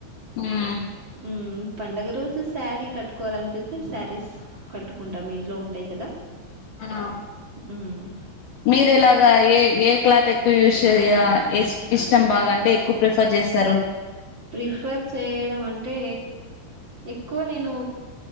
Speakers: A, on the left; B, on the right.
A: మ్మ్
B: మ్మ్ పండగ రోజు శారీ కట్టుకోవాలనిపితే శారీస్ కట్టుకుంటాము ఇంట్లో ఉంటాయి కదా
A: అదా
B: మ్మ్
A: మీరు ఎలాగ ఏ ఏ క్లాత్ ఎక్కువ యూస్ చే ఇష్టం బాగాంటే ఎక్కువ ప్రిఫర్ చే స్తారు
B: ప్రిఫర్ చేయడం అంటే ఎక్కువ నేను